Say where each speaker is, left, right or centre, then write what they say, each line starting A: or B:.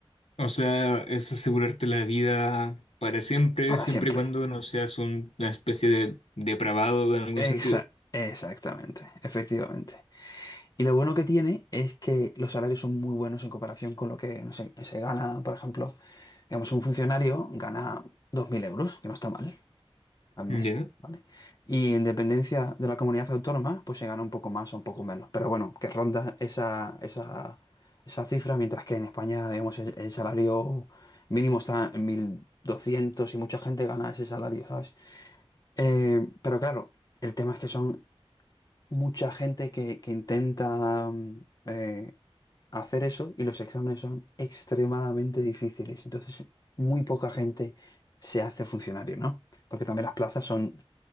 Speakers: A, on the left; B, on the left.
A: O sea, es asegurarte la vida para siempre,
B: Para
A: siempre
B: siempre.
A: y cuando no seas un- una especie de depravado en algún
B: Exa-
A: sentido.
B: exactamente. Efectivamente. Y lo bueno que tiene es que los salarios son muy buenos en comparación con lo que no sé, se gana, por ejemplo, digamos, un funcionario gana 2.000 euros, que no está mal. al mes,
A: Ya,
B: ¿vale? Y en dependencia de la comunidad autónoma, pues se gana un poco más o un poco menos. Pero bueno, que ronda esa, esa, esa cifra, mientras que en España, digamos, el, el salario mínimo está en 1.200 y mucha gente gana ese salario, ¿sabes? Eh, pero claro, el tema es que son mucha gente que, que intenta mm, eh, hacer eso y los exámenes son extremadamente difíciles. Entonces, muy poca gente se hace funcionario, ¿no? Porque también las plazas son